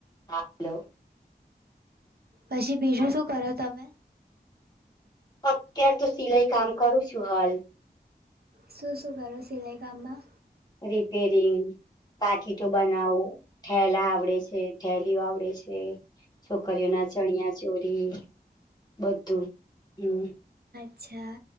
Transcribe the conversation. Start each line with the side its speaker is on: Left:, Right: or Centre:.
Left: હા હલો
Right: પછી બીજું શું કરો તમે
Left: અત્યારેતો સિલાઈ કામ કરું છું હાલ
Right: સુસુઘ સિલાઈ કામમાં
Left: રિપેરિંગ પાકીટો બનાવો ઠેલા આવડે છે ઠેલીઓ આવડે છે છોકરીઓના ચણિયા ચોરી બધું હમ
Right: અચ્છા